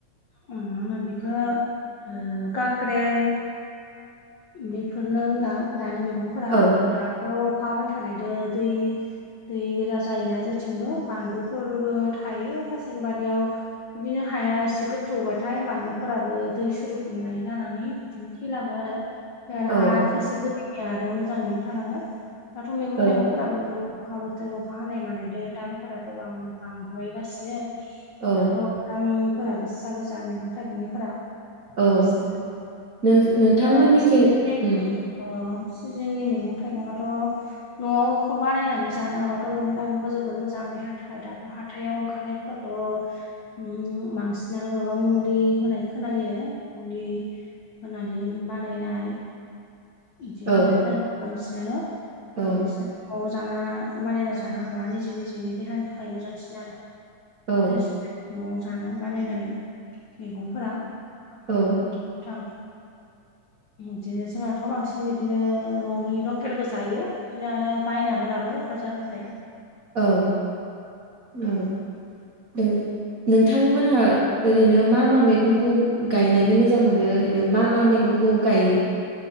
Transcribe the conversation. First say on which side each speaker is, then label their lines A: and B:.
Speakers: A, on the left; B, on the right.
A: ओ माहोनो बेखौ ओ काक्रेल बेफोरनो होनदा दानि मैगंफोरा
B: औ
A: ओमफ्राय दाथ' अखा हाबाय थानायदो दै दै गोजा जायोना जेथिंबो बानलुफोरबो थायो खासें बारियाव बिदिनो हाया एसे गोथौबाथाय बानलुफोराबो दै सोरोबनाय जानानै बिदिनो थैलाङो आरो ओमफ्राय आरो
B: औ
A: हा खायसे बोरिनिया आरो मोजाङैनो थलाङो दाथ' मैगं
B: औ
A: थाइगं फोराबो अखा बोथोर अखा हानाय मानायदो दामफोराथ' बां-बांबोबायगासिनो।
B: औ
A: दाथ' दामफोरा गोसा गोजा मैगं थाइगंनिफोरा।
B: औ
A: <unintelligible>
B: नों नोंथांमोननिथिं
A: <unintelligible>
B: उम,
A: सिजोननि मैगं थाइगङाथ' न'आवखौ बानायनानै जानो हाबाथ' मैगं थाइगंखौ जोबोद मोजां देहानि थाखाय दाथ' हाथायाव ओंखारनाय फाथ' उम बांसिनानो माबा मुलि होनाय खोनायो। मुलि होनानै बानायनाय इदि होननाय
B: औ
A: खोना बांसिनानो।
B: औ
A: बांसिनानो न'आव जाना मानायना जानो हाबा निजे निजेनि देहानि थाखाय मोजांसिन आरो।
B: औ
A: फ्रेस स न'आव जानो बानायनाय मैगंफोरा।
B: औ
A: गो थ गोथां इदिनो जोंहा थ' बांसिन बिदिनो न'नि लकेलबो जायो बिदिनो आरो बायनाबो लाबो फाजारनिफ्राय।
B: औ औ नों-नोंथांमोनहा ओरैनो मा मा मैगंखौ गायनानै मोजां मोनो ओरैनो मा मा मैगंखौ गायो?